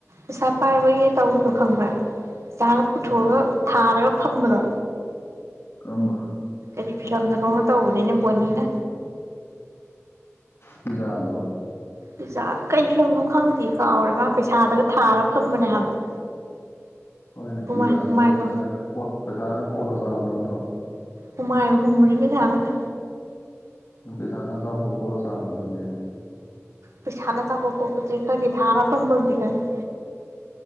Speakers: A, on the right; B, on the left.
A: ꯄꯩꯁꯥ ꯄꯥꯏꯕꯒꯤ ꯇꯧꯕꯗꯣ ꯈꯪꯕ꯭ꯔꯥ ꯆꯥꯒ ꯄꯨꯊꯣꯛꯑꯒ
B: ꯀꯔꯤ
A: ꯊꯥꯔꯒ ꯐꯝꯕꯗꯣ
B: ꯀꯔꯝꯕ
A: ꯀꯔꯤ ꯐꯤꯂꯝꯗꯅꯣꯡꯃ ꯇꯧꯕꯅꯤꯅꯦ ꯕꯣꯅꯤꯅ
B: ꯄꯤꯖꯥꯗꯔꯣ
A: ꯄꯤꯖꯥ ꯀꯩ ꯐꯤꯂꯝꯅꯣ ꯈꯪꯗꯤꯌꯦ ꯀꯥꯎꯔꯦ ꯃꯥ ꯄꯩꯁꯥꯗꯒ ꯊꯥꯔ ꯐꯝꯕꯅꯦ ꯍꯥꯏꯕ
B: ꯍꯣꯏꯅꯦ
A: ꯍꯨꯃꯥꯏ
B: ꯄꯤꯖꯥꯅꯤ
A: ꯍꯨꯃꯥꯏꯒ
B: ꯄꯩꯁꯥꯅꯒ ꯀꯣꯠ ꯄꯩꯁꯥꯅꯒ ꯀꯣꯠꯂꯒ ꯆꯥꯕꯗꯣ ꯅꯠꯇ꯭ꯔꯣ
A: ꯍꯨꯃꯥꯏ ꯍꯨꯝꯕꯅꯤ ꯄꯩꯁꯥꯅꯒ
B: ꯄꯩꯁꯥꯅ ꯑꯆꯥꯄꯣꯠ ꯀꯣꯠꯂ ꯆꯥꯕꯗꯨꯅꯦꯕ
A: ꯄꯩꯁꯥꯅ ꯑꯆꯥꯄꯣꯠ ꯈꯣꯄꯗꯤ ꯈꯪꯗꯦ ꯊꯥꯔ ꯐꯕꯗꯤ ꯈꯪꯉꯤ